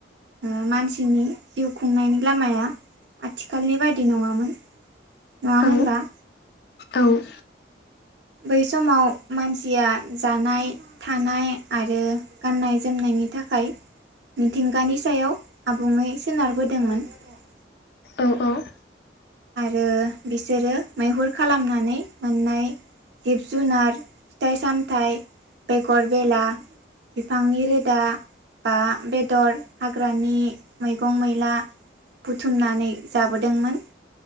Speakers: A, on the right (about 70°); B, on the left (about 60°).
A: ओ मानसिनि जिउ खुंनायनि लामाया आथिखालनि बायदि नङामोन नङा
B: औ
A: होनबा
B: औ
A: बै समाव मानसिया जानाय थानाय आरो गाननाय जोमनायनि थाखाय मिथिंगानि सायाव आबुङै सोनारबोदोंमोन ।
B: औ औ
A: आरो बिसोरो मैहुर खालामनानै मोननाय जिब-जुनार फिथाइ-सामथाइ बेगर बेला बिफांनि रोदा बा बेदर हाग्रानि मैगं मैला बुथुमनानै जाबोदोंमोन।